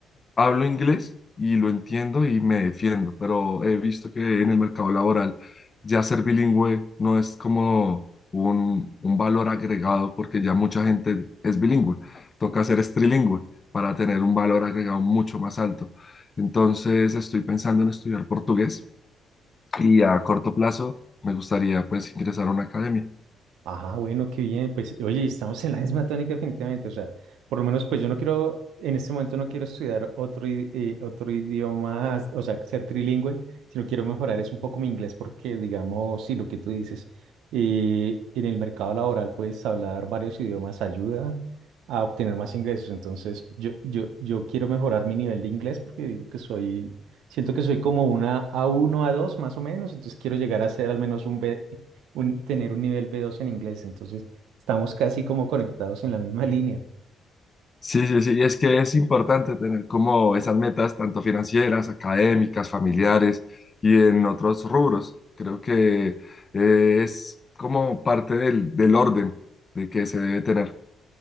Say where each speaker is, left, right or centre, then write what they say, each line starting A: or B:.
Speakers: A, on the left; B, on the right.
A: hablo inglés y lo entiendo y me defiendo, pero he visto que en el mercado laboral ya ser bilingüe no es como un, un valor agregado porque ya mucha gente es bilingüe. Toca ser es trilingüe para tener un valor agregado mucho más alto. Entonces estoy pensando en estudiar portugués y a corto plazo me gustaría pues ingresar a una academia.
B: Ajá, bueno, qué bien. Pues, oye, y estamos en la misma tónica definitivamente. O sea, por lo menos, pues yo no quiero, en este momento no quiero estudiar otro, i- eh, otro idioma, o sea, ser trilingüe, sino quiero mejorar es un poco mi inglés porque, digamos, sí, lo que tú dices, eh, en el mercado laboral pues hablar varios idiomas, ayuda a obtener más ingresos. Entonces, yo, yo, yo quiero mejorar mi nivel de inglés porque digo que soy, siento que soy como una a uno a dos más o menos, entonces quiero llegar a ser al menos un b un- tener un nivel B2 en inglés. Entonces, estamos casi como conectados en la misma <laughs> línea.
A: Sí, sí, sí, y es que es importante tener como esas metas tanto financieras, académicas, familiares y en otros rubros. Creo que eh, es como parte del, del orden de que se debe tener.